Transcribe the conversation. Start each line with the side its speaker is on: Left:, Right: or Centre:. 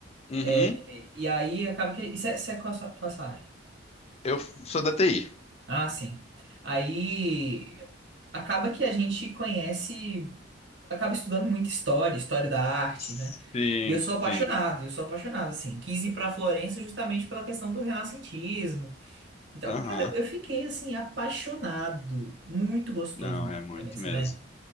Left: Uhum.
Right: E, e aí acaba que isso é, isso é qual a sua, qual a sua área?
Left: Eu sou da TI.
Right: Ah, sim. Aí acaba que a gente conhece, acaba estudando muita história, história da arte,
Left: Sim,
Right: né? E eu sou apaixonado,
Left: sim.
Right: eu sou apaixonado, assim. Quis ir pra Florença justamente pela questão do renascentismo e tal.
Left: Aham.
Right: Cara, eu fiquei, assim, apaixonado. Muito gostoso
Left: Não,
Right: mesmo,
Left: é muito
Right: Florença,
Left: mesmo.
Right: né?